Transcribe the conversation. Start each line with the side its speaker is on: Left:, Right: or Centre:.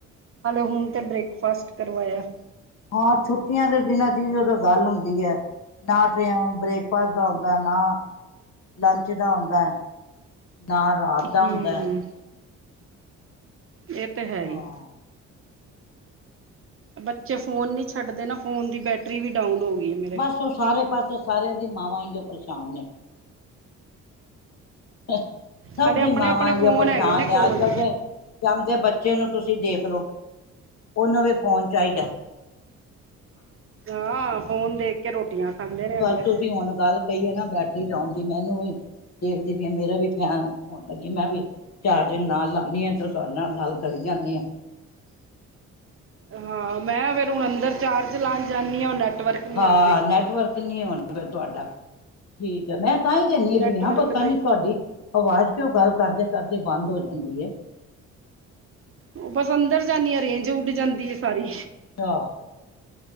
Right: ਹਲੇ ਹੁਣ ਤਾਂ ਬ੍ਰੇਕਫਾਸਟ ਕਰਵਾਇਆ ਹੈ।
Left: ਹਾਂ ਛੁੱਟੀਆਂ ਦੇ ਦਿਨਾਂ 'ਚ ਹੀ ਉਹ ਤਾਂ ਗੱਲ ਹੁੰਦੀ ਹੈ। ਨਾ ਤੇ ਐਵੇਂ ਬ੍ਰੇਕਫਾਸਟ ਦਾ ਹੁੰਦਾ ਨਾ। ਲੰਚ ਦਾ ਹੁੰਦਾ ਹੈ ਨਾ। ਰਾਤ ਦਾ
Right: ਹੂੰ
Left: ਹੁੰਦਾ
Right: ਇਹ ਤਾਂ ਹੈ
Left: ਹਾਂ
Right: ਹੀ। ਬੱਚੇ ਫੋਨ ਨੀ ਛੱਡਦੇ ਨਾ ਫੋਨ ਦੀ ਬੈਟਰੀ ਵੀ ਡਾਊਨ ਹੋ ਗਈ। ਹੈ ਮੇਰੇ
Left: ਬਸ ਉਹ ਸਾਰੇ ਪਾਸੇ ਸਾਰਿਆਂ ਦੀ ਮਾਵਾਂ ਹੀ ਜੋ ਪਰੇਸ਼ਾਨ ਨੇ। ਸਭ
Right: ਹਾਲੇ
Left: ਦੀ
Right: ਆਪਣੇ
Left: ਮਾਵਾਂ
Right: ਆਪਣੇ
Left: ਇਹ
Right: ਫੋਨ
Left: ਪਰੇਸ਼ਾਨ
Right: ਹੈਗੇ
Left: ਨੇ
Right: ਕੋਲ
Left: ਅੱਜ ਕੱਲ ਤੇ। ਜੰਮਦੇ ਬੱਚੇ ਨੂੰ ਤੁਸੀਂ ਦੇਖ ਲਓ ਉਹਨੂੰ ਵੀ ਫੋਨ ਚਾਹੀਦਾ ਹੈ।
Right: ਹਾਂ ਫੋਨ ਦੇਖ ਕੇ ਰੋਟੀ। ਰੋਟੀਆਂ ਖਾਂਦੇ। ਨੇ
Left: ਬਸ
Right: ਅਗਲੇ
Left: ਤੁਸੀਂ ਹੁਣ ਗੱਲ ਕਹੀਏ ਨਾ ਬੈਟਰੀ ਡਾਊਨ ਦੀ ਮੈਨੂੰ ਵੀ। ਦੇਖਦੀ ਪਈ ਆ ਮੇਰਾ ਵੀ ਫੈਨ ਹੋਣ ਲੱਗੀ ਮੈਂ ਵੀ। ਚਾਰਜਿੰਗ ਨਾਲ ਲਾਉਂਦੇ ਹਾਂ ਤਾਂ ਤੁਹਾਡੇ ਨਾਲ ਕਰੀ ਜਾਂਦੇ ਹਾਂ।
Right: ਹਾਂ ਮੈਂ ਫੇਰ ਹੁਣ ਅੰਦਰ ਚਾਰਜ ਲਾਨ ਜਾਂਦੀ ਹਾਂ ਉਹ। ਨੈਟਵਰਕ ਨਹੀਂ
Left: ਹਾਂ
Right: ਆਉਂਦੇ
Left: ਨੈਟਵਰਕ ਨਹੀਂ ਆਉਂਦਾ ਫੇਰ ਤੁਹਾਡਾ। ਠੀਕ ਆ ਮੈਂ ਤਾਂ ਹੀ ਕਹਿੰਦੀ
Right: ਨੈਟਵਰਕ
Left: ਹਾਂ। ਪਤਾ
Right: ਦਾ
Left: ਨਹੀਂ ਤੁਹਾਡੀ। ਆਵਾਜ਼ ਕਿਉਂ ਗੱਲ ਕਰਦੇ ਕਰਦੇ ਬੰਦ ਹੋ ਜਾਂਦੀ ਹੈ।
Right: ਉਹ ਬਸ ਅੰਦਰ ਜਾਂਦੀ ਆ ਰੇਂਜ ਉੱਡ ਜਾਂਦੀ ਆ ਸਾਰੀ।
Left: ਅੱਛਾ